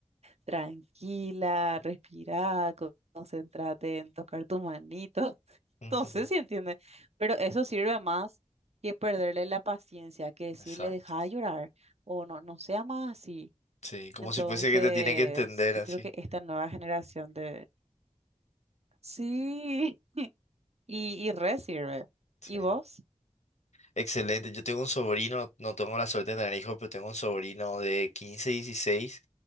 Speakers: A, on the right; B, on the left.
A: tranquila, respira, co- concéntrate en tocar tu manito. <laughs>
B: Ujú,
A: No sé si entiende, pero eso sirve más que perderle la paciencia, que decirle
B: Exacto.
A: deja de llorar o no, no sea más así.
B: Sí, como
A: Entonces,
B: si fuese que te tiene que entender
A: yo
B: así.
A: creo que esta nueva generación de Sí, y, y re sirve.
B: Sí.
A: ¿Y vos?
B: Excelente, yo tengo un sobrino, no tengo la suerte de tener hijos, pero tengo un sobrino de 15, 16,